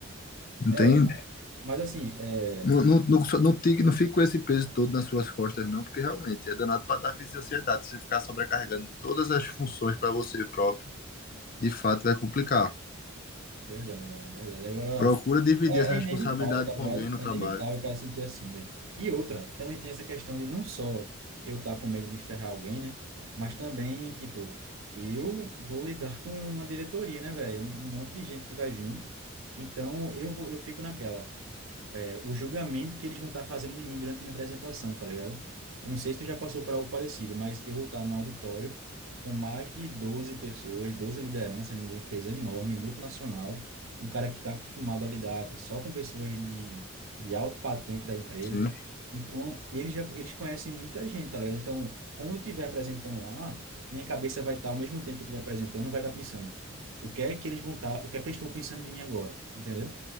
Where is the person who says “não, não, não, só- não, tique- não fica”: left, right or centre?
Left